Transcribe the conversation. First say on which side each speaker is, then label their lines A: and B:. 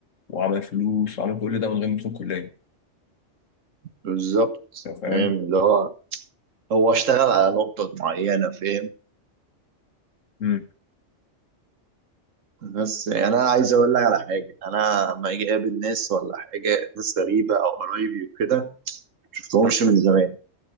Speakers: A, on the left; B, on the right.
A: وعمل فلوس وعمل كل ده من غير ما يدخل كلية
B: بالظبط
A: فاهم؟
B: فاهم اللي هو هو اشتغل على نقطة معينة فاهم
A: مم.
B: بس يعني انا عايز اقول لك على حاجه انا لما اجي اقابل ناس ولا حاجه ناس غريبه او قرايبي وكده ما شفتهمش من زمان